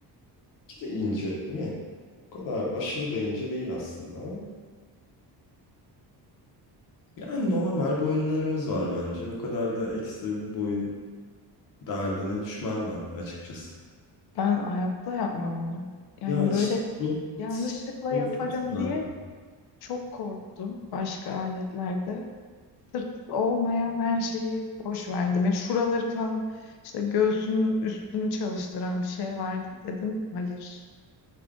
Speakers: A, on the left; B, on the left.
A: Ki de ince mi? O kadar aşırı da ince değil aslında ama. Yani normal boyunlarımız var bence. O kadar da ekstra bir boyun derdine düşmem ben açıkçası.
B: Ben hayatta yapmam onu. Yani
A: Ya işte
B: böyle
A: CrossFit.
B: yanlışlıkla
A: CrossFit
B: yaparım
A: mi
B: diye
A: acaba?
B: Çok korktum başka aletlerde. Sırt olmayan her şeyi boş verdim. Ya şuraları falan işte göğsünün üstünü çalıştıran bir şey vardı dedim. Hayır,